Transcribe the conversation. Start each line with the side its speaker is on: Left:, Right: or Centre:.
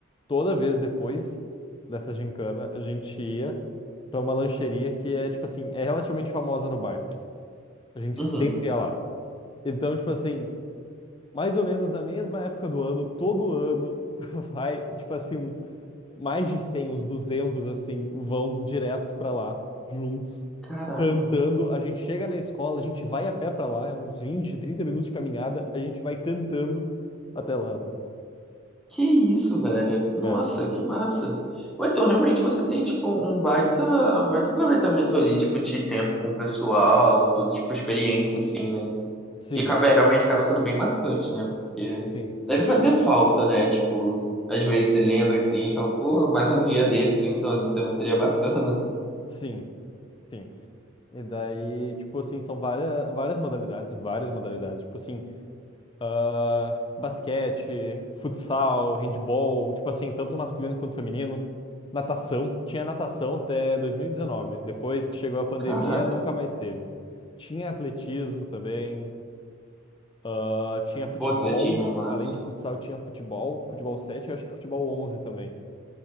Left: toda vez depois dessa gincana, a gente ia pra uma lancheria que é, tipo assim, é relativamente famosa no bairro. A gente
Centre: Uhum.
Left: sempre ia lá. Então, tipo assim, mais ou menos na mesma época do ano, todo ano, <laughs> vai, tipo assim, um mais de 100, uns 200 assim, vão direto pra lá, juntos,
Centre: Caraca.
Left: cantando. A gente chega na escola, a gente vai a pé pra lá, é uns 20, 30 minutos de caminhada, a gente vai cantando até lá, mano.
Centre: Que isso, velho? Nossa,
Left: É,
Centre: que massa. Ou então, realmente, você tem, tipo, um baita, um baita aproveitamento ali, tipo, de tempo com o pessoal, toda, tipo, experiência, assim, né?
Left: sim,
Centre: E acaba, é, realmente, acaba sendo bem marcante, né? Porque
Left: sim, sim,
Centre: deve fazer falta, né? Tipo, às vezes você lembra, assim, e fala, pô, mais um dia desse, assim, um finalzinho de semana seria bacana.
Left: sim, sim. E daí, tipo assim, são várias, várias modalidades, várias modalidades. Tipo assim, ah, basquete, futsal, handball, tipo assim, tanto masculino quanto feminino. Natação, tinha natação até 2019. Depois que chegou a pandemia,
Centre: Caraca.
Left: nunca mais teve. Tinha atletismo também, ah, tinha futebol.
Centre: Pô, atletismo massa.
Left: Além de futsal, tinha futebol, futebol 7, e eu acho que futebol 11 também.